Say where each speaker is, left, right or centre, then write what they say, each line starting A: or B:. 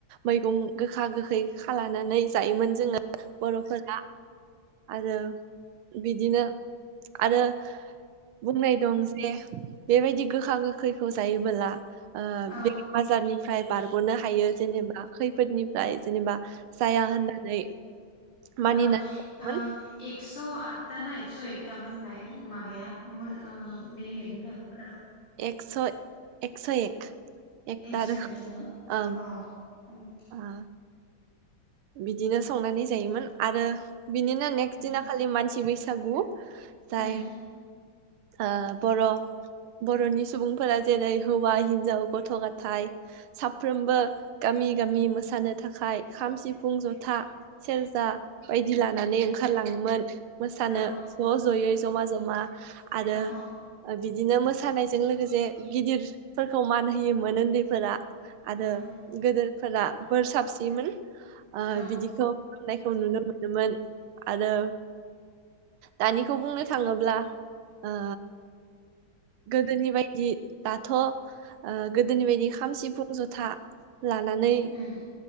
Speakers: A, on the right; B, on the left.
A: मैगं गोखा गोखै खालाम लानानै जायोमोन जोङो बर'फोर
B: औ
A: आरो बिदिनो आरो बुंनाय दं जे बेबायदि गोखा गोखैखौ जायोबोला ओ
B: औ
A: बेमार आजारनिफ्राय बारग'नो हायो जेनेबा खैफोदनिफ्राय जेनेबा जाया होननानै मानिनानै
B: औ
A: दंमोन
B: ओ एक्स खौ आतथा ना एकस' एकथाामोनलाय माबाया ओ बे मैगं थाइगंफोरा
A: एकस' एकस' एक एकथा
B: एस'
A: रोखोम
B: एक
A: ओं
B: औ उम
A: ओ बिदिनो संनानै जायोमोन आरो बिनिनो नेक्स्ट
B: उम
A: दिना खालि मानसि बैसागु जाय
B: उम
A: उम बर' बर'नि सुबुंफोरा जेरै हौवा हिन्जाव गथ' गथायाइ साफ्रोमबो गामि गामि मोसानो थाखाय खाम सिफुं सिफुं जथा सेरजा बायदि लानानै ओंखारलाङोमोन मोसानो
B: औ
A: ज' ज'यै जमा जमा आरो
B: औ
A: बिदिनो मोसानाय जों लोगोसे गिदिरफोरखौ मान होयोमोन उन्दैफोरा आरो
B: औ
A: गोदोर फोरा बोर साबसिमोन ओ
B: औ
A: बिदिखौ नायखौ नुनो मोनोमोन आरो दानिखौ बुंनो थाङोब्ला ओ गोदोनि बायदि दाथ' ओ गोदोनि बायदि खाम सिफुं जथा लानानै
B: उम